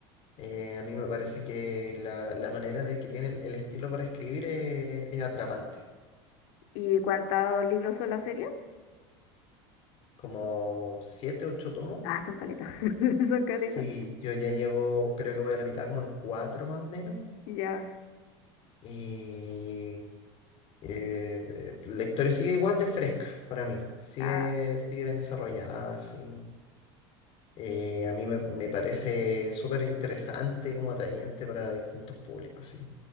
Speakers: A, on the left; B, on the left.
A: Eh, a mí me parece que la, la manera de que tiene el, el estilo para escribir es, es atrapante.
B: ¿Y cuántos libros son la serie?
A: Como siete, ocho tomos.
B: Ah, son caletas. <laughs> Son caletas.
A: Sí, yo ya llevo, creo que voy a la mitad, como en cuatro más o menos.
B: Ya.
A: Y eh, la historia sigue igual de fresca para mí. Sigue,
B: Ah.
A: sigue bien desarrollada, sí. Eh, a mí me, me parece súper interesante, como atrayente para distintos públicos, sí.